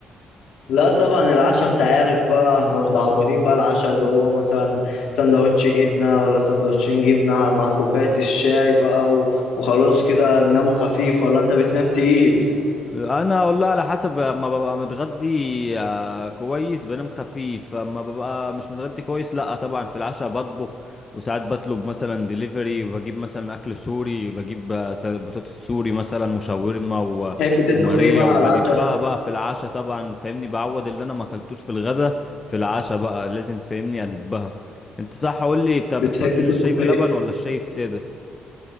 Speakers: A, on the left; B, on the left.
A: لا طبعا العشاء انت عارف بقى احنا متعودين بقى العشاء اللي هو مثلا سندوتش جبنة ولا سندوتشين جبنة مع كوباية الشاي بقى و- وخلاص كده نناموا خفيف ولا انت بتنام تقيل
B: انا والله على حسب ما ببقى متغدي آه، كويس بنام خفيف اما ببقى مش متغدي كويس لا طبعا في العشاء بطبخ وساعات بطلب مثلا ديليفري بجيب مثلا اكل سوري بجيب آه، س- بطاطس سوري مثلا وشاورما و-
A: بتحب تطبخ
B: وماريا
A: ايه بقى
B: وبدبها
A: على العشاء
B: بقى في العشاء طبعا فاهمني بعوض اللي انا ما اكلتوش في الغدا في العشاء بقى لازم فاهمني ادبها انت صح قول لي انت بتفضل
A: بتحب تطبخ
B: الشاي بلبن
A: ايه
B: ولا الشاي الساده